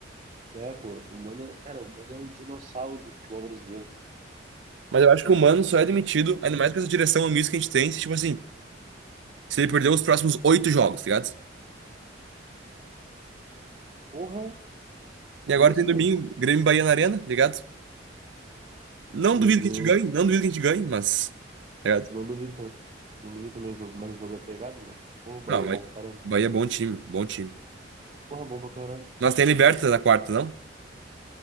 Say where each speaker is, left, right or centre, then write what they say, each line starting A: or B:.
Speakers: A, on the right; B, on the right.
A: né, pô, o Mano, é- cara, o Mano é um dinossauro do futebol brasileiro.
B: Mas eu acho que o Mano só é demitido, ainda mais com essa direção omissa que a gente tem, se, tipo assim, se ele perder os próximos oito jogos, tá ligado?
A: Porra,
B: E agora
A: que isso,
B: tem domingo,
A: cara?
B: Grêmio e Bahia na Arena, tá ligado? Não
A: Joguinho
B: duvido que a gente ganhe, não duvido que a gente ganhe, mas. tá ligado?
A: Eu Não duvido também. Não duvido também jogo, mas jogo é pegado, meu. Pô, o Bahia
B: Não,
A: é
B: mas.
A: bom pra caramba.
B: Bahia é bom time, bom time.
A: Porra, bom pra caralho.
B: Nós tem a Liberta na quarta, não?